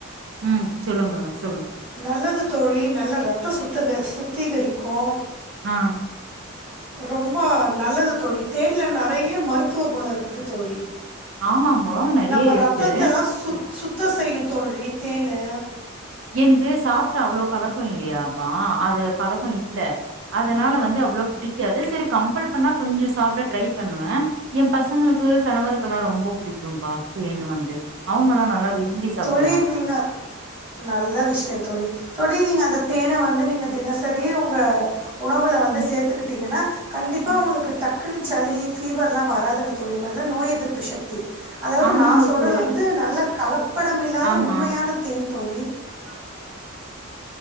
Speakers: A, on the right; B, on the right.
A: உம் சொல்லுங்க சொல்லுங்க
B: நல்லது தோழி நல்ல ரத்தம் சுத்தக சுத்திகரிக்கும்
A: ஆஹ்
B: ரொம்ப நல்லது தோழில் தேன்ல நிறைய மருத்துவ குணம் இருக்கு தோழி
A: ஆமாங்கோ நறைய
B: நம்ம
A: இருக்கு
B: ரத்தத்தெல்லாம் சுத் சுத்தம் செய்யும் தோழி தேனு
A: எனக்கு சாப்பிட்டு அவ்வளோ பலக்கம் இல்லையாப்பா அத பழகம் இல்ல அதனால வந்து அவ்வளோ பிடிக்காது சரி கம்பல் பண்ணா கொஞ்சம் சாப்பிட ட்ரை பண்ணுவேன் என் பசங்களுக்கு கணவருக்கெல்லாம் ரொம்ப பிடிக்கும்பா தேன் வந்து அவுங்கல்லாம் நல்லா விரு ம்பி சாப்பிடுவாங்க
B: தோழி நீங்க நல்ல விஷயம் தோழி தோழி நீங்க அந்த தேன்ன வந்து நீங்க தினசரி உங்க உணவுல வந்து
A: ம்
B: சேர்த்துக்கிட்டீங்கன்னா கண்டிப்பா
A: ம்
B: உங்களுக்கு டக் குனு சளி ஃபீவர் எலாம் வராதுங்க தோழி நல்லா நோய் எதிர்ப்பு சக் தி அதாவது
A: ஆமாங்க
B: நான் சொல்றது
A: தோழி
B: வந்து நல்ல கலப் படமில்லாத
A: ஆமா
B: உண்மையான
A: ஆமா
B: தேன் தோழி ஆஹ் ஹ்